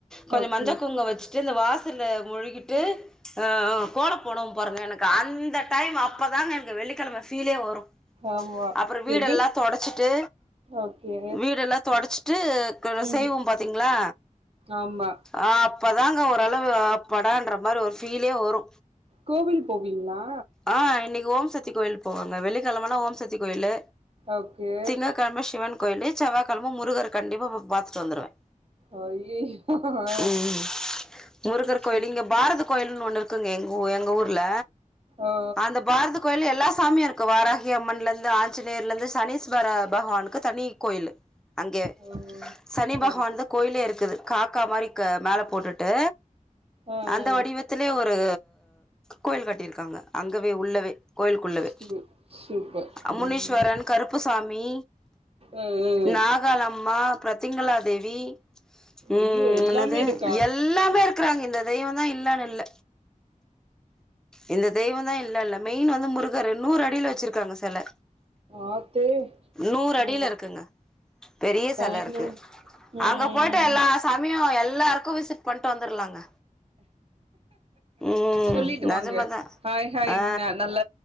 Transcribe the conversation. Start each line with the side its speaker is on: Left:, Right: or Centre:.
Centre: கொஞ்சோ
Right: ஓகே
Centre: மஞ்ச குங்க வச் ட்டு இந்த வாசல மொழுகிட்டு ஆ ஆ கோலோ போடுவோ பாருங்க எனக் கா அந்த டைம் அப்பதாங்க எனக்கு வெள்ளிக்கிழம ஃபீலே வரு
Right: ஆமா
Centre: அப்புறோ வீடெல்லா
Right: எது
Centre: தொடச்சிட்டு
Right: ஓகே
Centre: வீடெல்லா தொடச்சிட்டுக்குல
Right: ம்
Centre: செய்வோ பாத்தீங்களா
Right: ஆமா
Centre: ஆ தாங்க ஓரளவு அப்படான்ற மாரி ஒரு ஃபீலே வரு
Right: கோவில் போவீங்களா
Centre: ஆ இன்னக்கி ஓம் சக்தி கோயில் போவாங்க வெள்ளிக்கெழமன்னா ஓம்சக்தி கோயிலு
Right: ஓகே
Centre: திங்க கழம ஷிவன் கோயிலு செவ்வாகெழம முருகர் கண்டிப்பா பொ பாத்துட்டு வந்துருவே
Right: ஐயயோ ஆ
Centre: ம் முருகர்
Right: சூப்
Centre: கோயிலு இங்க பாரத கோயில்னு ஒன்னு இரு க்குங்க எங்க ஊ எங்க ஊர்ல
Right: ஆ
Centre: அந்த பாரத கோயில் எல்லா சாமியு இருக்கு வாராஹி அம்மன்லந்து ஆஞ்சநேயர்லந்து சனீஸ்வர பகவானுக்கு தனி கோயிலு அங்க
Right: ஓ
Centre: சனி
Right: சரி
Centre: பகவான்
Right: சரி
Centre: தா கோயிலே இருக்குது கா க்கா மாரி க மேல போட்டுட்டு
Right: ஆ
Centre: அந்த
Right: ஆ
Centre: வடிவத்துலே ஒரு கோயில் கட்டிருக் காங்க அங்கவே உள்ளவே கோயிலுக்குள்ளவே
Right: சூ சூப்பர்
Centre: அ முனீஸ்வரன்
Right: ம்
Centre: கருப்புசாமி
Right: ஆ ஆ
Centre: நாகாலம்மா பிரத்திங்களா தேவி ம்
Right: ஐயோ எல்லாமே
Centre: என்னது
Right: இருக்கா
Centre: எல்லாமே இருக்குறாங்க இந்த தெய்வந்தா இல்லன் இல்ல இந்த தெய்வொந்தா இல்ல இல்ல மெயின் வந்து முருகரு நூறு அடில வச்சுருக்காங்க செல
Right: ஆத்து
Centre: நூறு அடில
Right: ஆ
Centre: இருக்குங்க பெரிய
Right: பயங்கரம்
Centre: செல இருக்கு
Right: ம்
Centre: அங்க போயிட்டு எல்லா சாமியு எல்லாருக் கு விசிட் பண்ட்டு வந்துர்லாங்க ம்
Right: சொல்லிட்டு
Centre: நெஜமா
Right: வாங்க
Centre: தா
Right: ஹாய் ஹாய்
Centre: ஆ
Right: ந நல்ல